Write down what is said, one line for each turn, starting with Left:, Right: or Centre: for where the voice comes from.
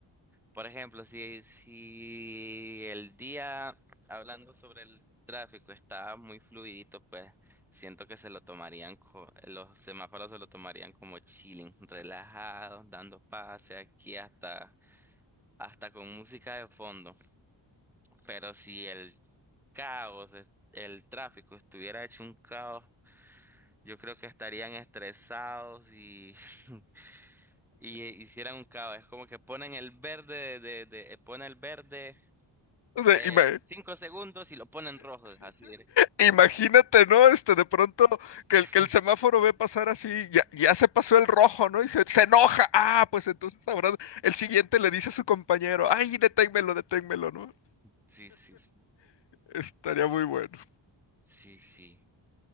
Centre: Por ejemplo, si, si el día, hablando sobre el tráfico, está muy fluidito, pues siento que se lo tomarían, co- los semáforos se lo tomarían como chilling, relajados, dando pase aquí hasta, hasta con música de fondo. Pero si el caos, es- el tráfico estuviera hecho un caos, Yo creo que estarían estresados y, <laughs> y hicieran un caos. Es como que ponen el verde, de, de, de- ponen el verde
Left: O sea,
Centre: eh,
Left: ima-
Centre: cinco segundos y lo ponen rojo. Así.
Left: imagínate, ¿no? Este, de pronto que
Centre: <laughs>
Left: el, que el semáforo ve pasar así, ya, ya se pasó el rojo, ¿no? Y se, se enoja. Ah, pues entonces ahora el siguiente le dice a su compañero, ay, deténmelo, deténmelo, ¿no?
Centre: Sí, sí, sí,
Left: Estaría muy bueno.
Centre: sí. sí.